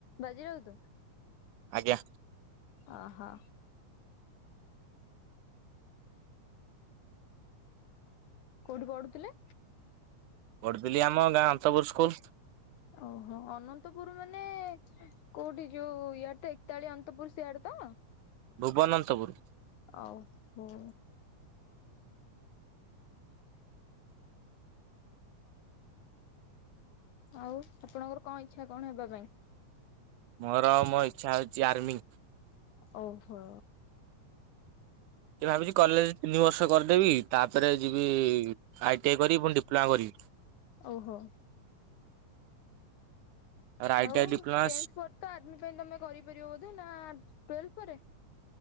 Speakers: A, on the left; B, on the right.
A: ବାଜି ରାଇତୁ?
B: ଆଜ୍ଞା।
A: ଅହ। କୋଉଠି ପଢୁଥିଲେ?
B: ବଡ଼ବିଲ୍ ଆମ ଗାଁ ଅନ୍ତପୁର ସ୍କୁଲ।
A: ଓହୋ ଅନନ୍ତପୁର ମାନେ କୋଉଠି ଯୋଉ ଇଆଡେ ତ ଏକତାଳି ଅନ୍ତପୁର ସିଆଡେ ତ?
B: ଭୁବନ ଅନ୍ତପୁର।
A: ଆଉ ହୁଁ। ଆଉ ଆପଣଙ୍କର କଣ ଇଚ୍ଛା କଣ ହେବା ପାଇଁ?
B: ମୋର ମୋ ଇଚ୍ଛା ହୋଉଛି ଆର୍ମି।
A: ଓହୋ।
B: ଭାବିଛି କଲେଜ ତିନି ବର୍ଷ କରିଦେବି ତାପରେ ଯିବି। ଆଇ ଟି ଆଇ କରିବି ପୁଣି ଡିପ୍ଲୋମା କରିବି।
A: ଓହୋ।
B: ତାପରେ ଆଇ
A: ଆଉ
B: ଟି ଆଇ ଡିପ୍ଲୋମା
A: ଟେନ୍ଥ ପରେ ତ ଆର୍ମି ପାଇଁ ତମେ କରିପାରିବ ବୋଧେ ନା ଟୁୱେଲ୍ଭ ପରେ?